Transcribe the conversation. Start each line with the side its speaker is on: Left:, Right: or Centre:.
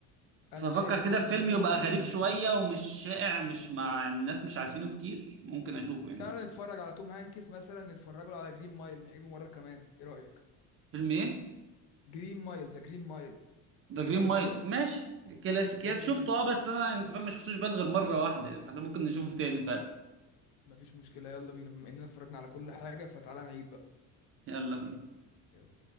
Left: انا
Right: ففكر
Left: شايف
Right: كده
Left: بص
Right: في فيلم
Left: ان احنا
Right: يبقى
Left: ممكن
Right: غريب شوية ومش شائع مش مع الناس مش عارفينه كتير ممكن اشوفه يعني
Left: تعالى نتفرج على توم هانكس مثلا نتفرجوا له على جرين مايل نعيده مرة كمان ايه رأيك
Right: فيلم ايه؟
Left: جرين مايل ذا جرين مايل
Right: ذا جرين
Left: اتفرجت
Right: مايلز
Left: عليه
Right: ماشي كلاسيكيات
Left: يلا
Right: شفته
Left: بينا
Right: اه بس انا انت فاهم ما شفتوش بان غير مرة واحدة فاحنا ممكن نشوفه تاني فعلا
Left: مفيش مشكلة يلا بينا بما اننا اتفرجنا على كل حاجة فتعالى نعيد بقى
Right: يلا بينا
Left: يلا